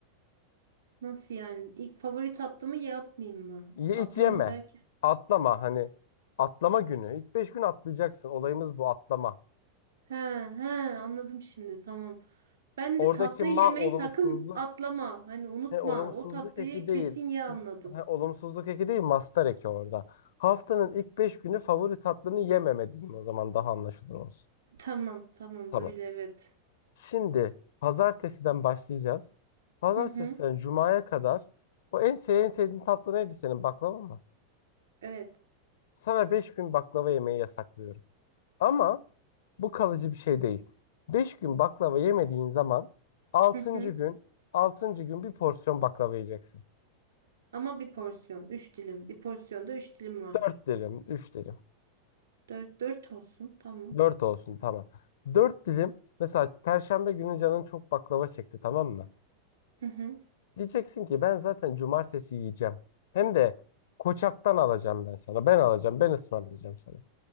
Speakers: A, on the right; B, on the left.
A: Nasıl yani? İlk favori tatlımı yapmayayım mı?
B: Ye,
A: Atlama
B: hiç yeme.
A: der.
B: Atlama hani atlama günü. İlk 5 gün atlayacaksın. Olayımız bu atlama.
A: He he anladım şimdi tamam. Ben
B: Oradaki
A: de tatlıyı
B: ma
A: yemeyi
B: olumsuzluk
A: sakın atlama. Hani unutma.
B: he, olumsuzluk
A: O tatlıyı
B: eki
A: kesin
B: değil.
A: ye anladım.
B: He, olumsuzluk eki değil mastar eki orada. Haftanın ilk 5 günü favori tatlını yememe diyeyim o zaman daha anlaşılır olsun.
A: Tamam tamam
B: Tamam.
A: böyle evet.
B: Şimdi pazartesiden başlayacağız. Pazartesiden
A: Hı hı
B: cumaya kadar o en, se- en sevdiğin tatlı neydi senin baklava mı?
A: evet.
B: Sana 5 gün baklava yemeyi yasaklıyorum. Ama bu kalıcı bir şey değil. 5 gün baklava yemediğin zaman altıncı
A: Hı hı.
B: gün altıncı gün bir porsiyon baklava yiyeceksin.
A: Ama bir porsiyon. Üç dilim. Bir porsiyonda üç dilim var.
B: 4 dilim, 3 dilim.
A: Dört, dört olsun tamam.
B: dört olsun tamam. Dört dilim mesela Perşembe günü canın çok baklava çekti tamam mı?
A: Hı hı.
B: Diyeceksin ki ben zaten cumartesi yiyeceğim. Hem de Koçak'tan alacağım ben sana. Ben alacağım. Ben ısmarlayacağım sana.